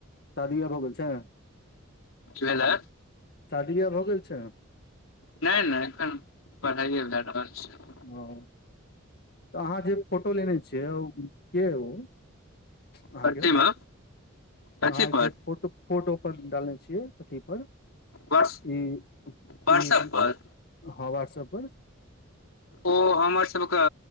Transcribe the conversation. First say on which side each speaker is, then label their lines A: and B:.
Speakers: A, on the left; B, on the left.
A: शादिया भऽ गेल छै।
B: कि भेलै।
A: शादी बियाह भऽ गेल छै।
B: नैय-नैय एखन पढ़ाइए भए रहल छै।
A: ओ तऽ आहाँ जे फोटो लेने छियै ओ के या ओ। आहाँके
B: कथीमे कथी
A: अहाँ
B: पर
A: जे फोट फोटो पर डालने छियै अथी पर
B: वर्ष
A: ई
B: वर्षक
A: ई
B: पर
A: हँ वाट्सअप पर।
B: ओ हमर सबके